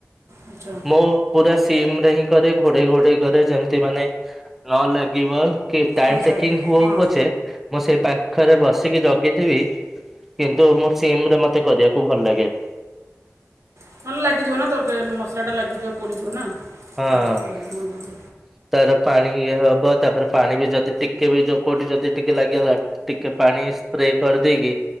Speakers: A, on the right; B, in the centre.
A: ଆଚ୍ଛା
B: ମୁଁ ପୁରା ସିମ ରେ ହିଁ କରେ ଘୋଡେଇ ଘୋଡେଇ କରେ ଯେମତି ମାନେ ନ ଲାଗିବ କି ଟାଇମ
A: ଆଚ୍ଛା
B: ଟେକିଙ୍ଗ
A: ହଁ
B: ହଉ ପଛେ ମୁଁ ସେଇ ପାଖରେ ବସିକି ଜଗିଥିବି କିନ୍ତୁ ମୁଁ ସିମରେ ମତେ କରିବାକୁ ଭଲ ଲାଗେ।
A: ନ ହେଲେ ଲାଗିଯିବ ନା ତୋତେ ମସଲାଟା ଲାଗିଯିବ ପଡ଼ିଯିବ ନା।
B: ହଁ
A: ଆସୁ
B: ହଁ
A: ମନେ ପଡ଼ୁ
B: ତାର ପାଣି ଇଏ ହବ ତାପରେ ପାଣି ବି ଯଦି ଟିକେ ବି ଯଉ କଉଠି ଯଦି ଟିକେ ଲାଗିଗଲା ଟିକେ ପାଣି ସ୍ପ୍ରେ କରିଦେଇକି